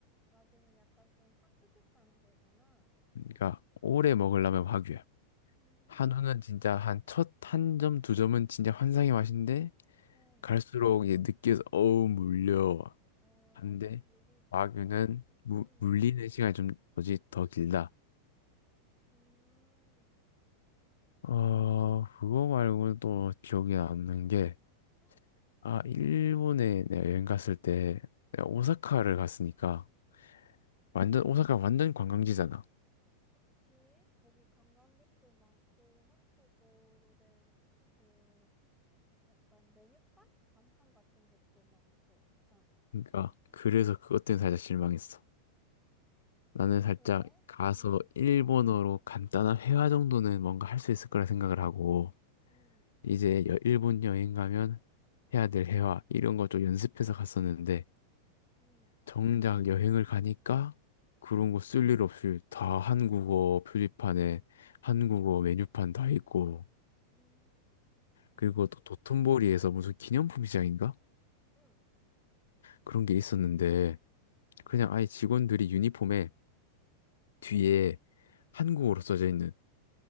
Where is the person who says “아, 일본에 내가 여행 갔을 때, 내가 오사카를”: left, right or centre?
Left